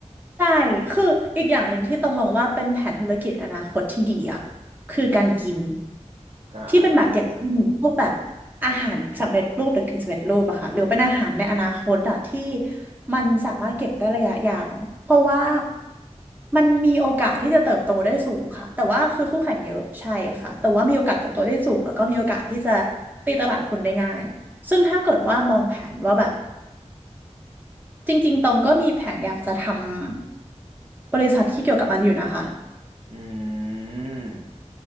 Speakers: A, on the right; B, on the right.
A: ใช่ คืออีกอย่างหนึ่งที่ต้องมองว่าเป็นแผนธุรกิจอนาคตที่ดีอ่ะคือการกิน
B: อ่าใช่
A: ที่เป็นแบบอย่างเช่นพวกแบบอาหารสำเร็จรูปหรือกึ่งสำเร็จรูปอะค่ะหรือเป็นอาหารในอนาคตอะที่มันสามารถเก็บได้ระยะยาวเพราะว่ามันมีโอกาสที่จะเติบโตได้สูงค่ะแต่ว่าคือคู่แข่งเยอะใช่ค่ะแต่ว่ามีโอกาสเติบโตได้สูงแล้วก็มีโอกาสที่จะ
B: อืม
A: ตีตลาดคนได้ง่ายซึ่งถ้าเกิดว่ามองแผนว่าแบบ จริงๆตองก็มีแผนอยากจะทำบริษัทที่เกี่ยวกับมันอยู่นะคะ
B: อืม